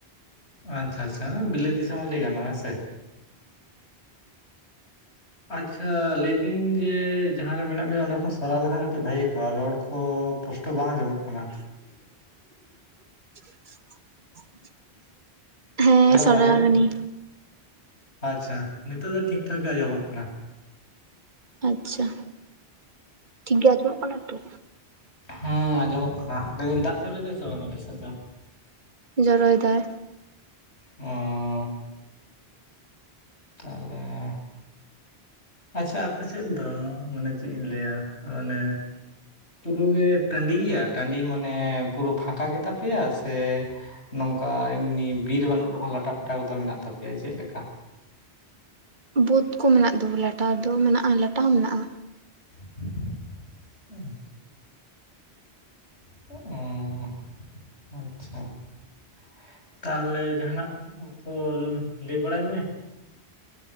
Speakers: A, on the left; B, on the right.
A: ᱟᱪᱪᱷᱟ ᱟᱪᱪᱷᱟ ᱵᱤᱞᱟᱹᱛ ᱫᱤᱥᱚᱢ ᱦᱚᱸ ᱞᱮᱭ ᱜᱟᱱᱚᱜ-ᱟ ᱦᱮᱸ ᱥᱮ᱾ ᱟᱪᱪᱷᱟ ᱞᱮᱭᱫᱤᱧ ᱡᱮ ᱡᱟᱦᱟᱸ ᱨᱮ ᱢᱮᱱᱟᱜ ᱢᱮᱭᱟ ᱚᱱᱟ ᱠᱷᱚᱱ ᱥᱟᱨᱟᱣ ᱞᱮᱹᱠᱷᱟᱱ ᱠᱟᱹᱴᱤᱡ ᱵᱷᱟᱜᱤ ᱟᱠᱣᱟᱜ ᱨᱚᱲ ᱠᱚ ᱯᱩᱥᱴᱚᱣ ᱵᱟᱝ ᱟᱸᱡᱚᱢᱚᱹᱜ ᱠᱟᱱᱟ᱾
B: <unintelligible> ᱦᱮᱸ
A: ᱦᱮᱞᱳ
B: ᱥᱟᱲᱟᱣ
A: ᱟᱸᱡᱚᱢᱚᱜ
B: ᱠᱟᱹᱱᱟᱹᱧ
A: ᱠᱟᱱᱟ? ᱟᱪᱪᱷᱟ ᱱᱤᱛᱚᱜ ᱫᱚ ᱴᱷᱤᱠ ᱴᱷᱟᱠ ᱜᱮ ᱟᱸᱡᱚᱢᱚᱜ ᱠᱟᱱᱟ᱾
B: ᱟᱪᱪᱷᱟ ᱴᱷᱤᱠ ᱜᱮ ᱟᱸᱡᱚᱢᱚᱜ ᱠᱟᱱᱟ ᱛᱚ?
A: ᱦᱮᱸ ᱟᱸᱡᱚᱢᱚᱜ ᱠᱟᱱᱟ᱾ ᱞᱟᱹᱭᱤᱧ ᱫᱟᱜ ᱡᱚᱨᱚᱭᱫᱟ ᱥᱮ ᱵᱟᱝ ᱟᱯᱮ ᱥᱮᱫ ᱫᱚ?
B: ᱡᱚᱨᱚᱭᱮᱫᱟᱭ᱾
A: ᱚᱸᱻ ᱛᱟᱦᱞᱮᱻ ᱟᱪᱪᱷᱟ ᱟᱯᱮᱥᱮᱫ ᱫᱚ ᱢᱟᱱᱮ ᱪᱮᱫ ᱤᱧ ᱞᱟᱹᱭᱟ ᱚᱱᱮ᱾ ᱯᱩᱨᱩ ᱜᱮ ᱴᱟᱺᱰᱤ ᱜᱮᱭᱟ ᱴᱟᱺᱰᱤ ᱢᱟᱱᱮ ᱯᱩᱨᱟᱹ ᱯᱷᱟᱸᱠᱟ ᱜᱮᱛᱟ ᱯᱮᱭᱟ ᱥᱮ ᱱᱚᱝᱠᱟ ᱮᱢᱱᱤ ᱵᱤᱨ ᱵᱟᱹᱱᱩᱜ ᱨᱮᱦᱚᱸ ᱞᱟᱴᱟ ᱯᱟᱴᱟ ᱠᱚᱫᱚ ᱢᱮᱱᱟᱹᱜ ᱛᱟᱯᱮᱭᱟ ᱪᱮᱫ ᱞᱮᱠᱟ?
B: ᱵᱟᱹᱫᱽ ᱠᱚ ᱢᱮᱱᱟᱜ ᱫᱚ ᱞᱟᱴᱟ ᱫᱚ ᱢᱮᱱᱟᱜᱼᱟ ᱞᱟᱴᱟ ᱦᱚᱸ ᱢᱮᱱᱟᱜᱼᱟ᱾
A: <unintelligible> ᱚ ᱚᱸ ᱟᱪᱪᱷᱟ᱾ ᱛᱟᱦᱞᱮ ᱡᱟᱦᱟᱸᱱᱟᱜ ᱠᱚ ᱞᱟᱹᱭ ᱵᱟᱲᱟᱭ ᱢᱮ᱾